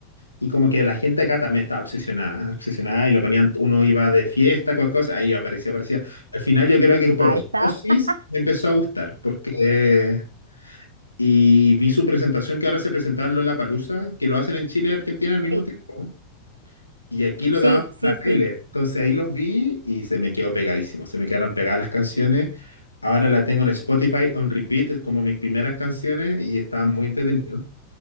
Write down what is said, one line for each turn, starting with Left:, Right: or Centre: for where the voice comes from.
Left: Y como que la gente acá también estaba obsesionada, obsesionada y lo ponían, uno iba de fiesta, cualquier cosa, ahí iba, aparecía, aparecía. Al final yo creo que por
Right: Ahí
Left: osmosis
Right: está. <laughs>
Left: me empezó a gustar, porque... Y vi su presentación que ahora se presentaba en Lollapalooza, que lo hacen en Chile y Argentina al mismo
Right: Sí,
Left: tiempo. Y aquí lo
Right: Sí,
Left: daban por la
Right: sí,
Left: tele.
Right: sí.
Left: Entonces ahí los vi y se me quedó pegadísimo. Se me quedaron pegadas las canciones. Ahora la tengo en Spotify on repeat, es como mis primeras canciones y estaban muy entretenidos.